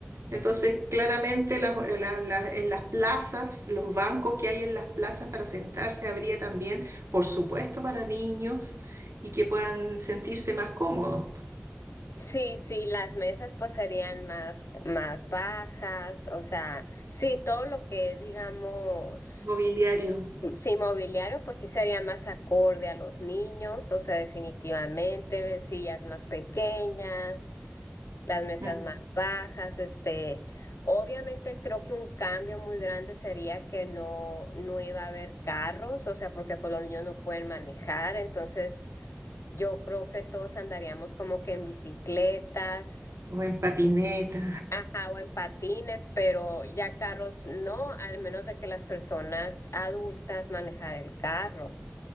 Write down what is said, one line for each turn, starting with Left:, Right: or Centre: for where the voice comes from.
Right: entonces, claramente las- la- la- en las plazas, los bancos que hay en las plazas para sentarse, habría también, por supuesto, para niños y que puedan sentirse más cómodos.
Left: Sí, sí, las mesas pues serían más, más bajas, o sea, sí, todo lo que es, digamos.
Right: Mobiliario,
Left: Sí, inmobiliario, pues sí sería más acorde a los niños, o sea, definitivamente, sillas más pequeñas, las mesas
Right: mm,
Left: más bajas, este, obviamente creo que un cambio muy grande sería que no, no iba a haber carros, o sea, porque pues los niños no pueden manejar, entonces yo creo que todos andaríamos como que en bicicletas,
Right: o en patineta,
Left: ajá, o en patines, pero ya carros no, al menos de que las personas adultas manejar el carro